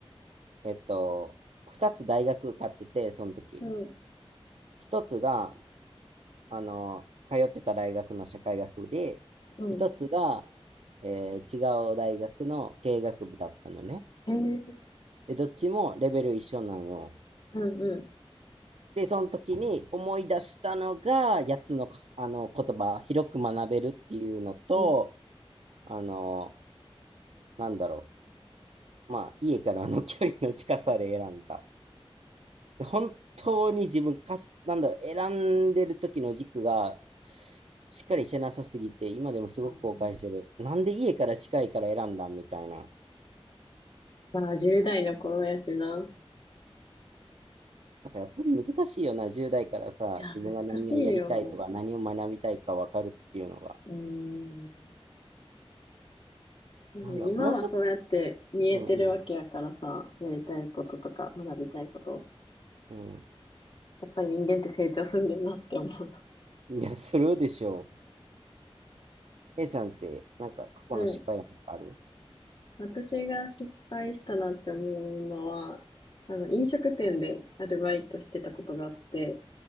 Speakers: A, on the right (about 85°); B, on the left (about 55°).
A: えっと、二つ大学受かってて、その時。
B: うん、
A: 一つが、あの、通ってた大学の社会学部で、
B: うん。
A: 一つが、えー違う大学の経営学部だったのね。
B: へえ、
A: で、どっちもレベル一緒なんよ。
B: うん、うん。
A: で、その時に思い出したのが、やつの、あの言葉、広く学べるっていうのと、
B: うん
A: あの、なんだろう。まあ、家からの距離の近さで選んだ。本当に自分かすなんだ選んでる時の軸がしっかりしてなさすぎて今でもすごく後悔してるなんで家から近いから選んだみたいな
B: あーまあ、10代の頃やしな。
A: なんかやっぱり難しいよな十代からさ自分が何をやりたいとか何を学みたいかわかるっていうのが
B: いや、難しいよ。うーん。でも今はそうやって見えてるわけやからさ、
A: なんだもうちょっとうん
B: やりたいこととか学びたいこと。
A: うん
B: やっぱり人間って成長すんねんなって思うな。
A: うんいやするでしょ A さんってなんか過去の失敗ある
B: うん。私が失敗したなって思うのは、あの、飲食店でアルバイトしてたことがあって、